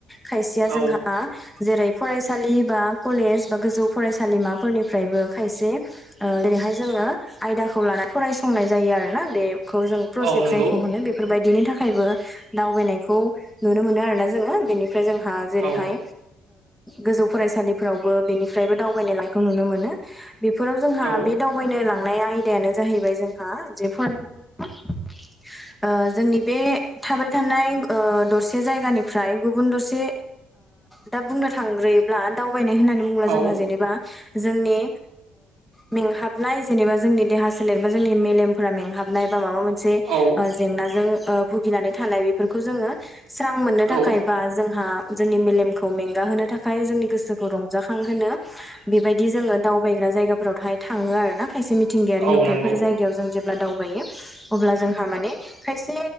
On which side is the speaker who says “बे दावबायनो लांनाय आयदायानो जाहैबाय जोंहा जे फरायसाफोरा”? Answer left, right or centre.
Centre